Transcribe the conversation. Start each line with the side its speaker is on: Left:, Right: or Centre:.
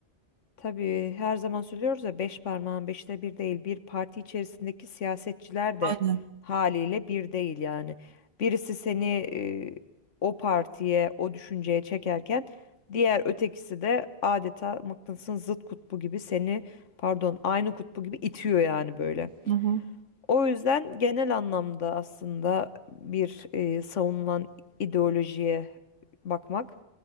Left: Tabii her zaman söylüyoruz ya beş parmağın beşte bir değil. Bir parti içerisindeki siyasetçiler de
Right: Aynen.
Left: haliyle bir değil yani. Birisi seni e, o partiye, o düşünceye çekerken diğer ötekisi de adeta mıknatısın zıt kutbu gibi seni pardon aynı kutbu gibi itiyor yani böyle.
Right: Hı hı.
Left: O yüzden genel anlamda aslında bir e, savunulan ideolojiye bakmak